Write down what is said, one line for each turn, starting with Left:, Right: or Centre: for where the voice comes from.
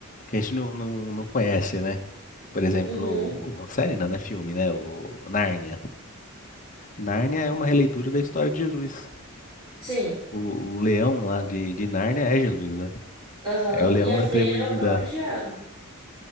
Left: que a gente não, não, não conhece, né? Por exemplo,
Right: Uhum,
Left: série não, né? Filme, né? O Nárnia. Nárnia é uma releitura da história de Jesus.
Right: sim,
Left: O, o leão lá de, de Nárnia é Jesus, né?
Right: aham.
Left: É o leão
Right: E a
Left: da
Right: freira
Left: tribo de
Right: é o
Left: Judá.
Right: próprio diabo,